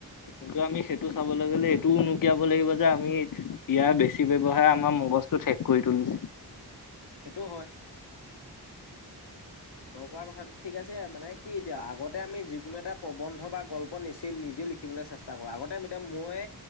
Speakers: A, on the left; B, on the left.
A: কিন্তু আমি সেইটো চাবলৈ গ'লে এইটোও নুকিয়াব লাগিব যে আমি ইয়াৰ বেছি ব্যৱহাৰ আমাৰ মগ জছটো ঠেক কৰি তুলিছে
B: সেইটো হয় তই কোৱা কথাটো ঠিক আছে মানে কি এতিয়া আগতে আমি যিকোন এটা প্ৰবন্ধ বা গল্প নিচল নিজে লিখিব বলে চেষ্টা কৰোঁ আগতে এতিয়া মই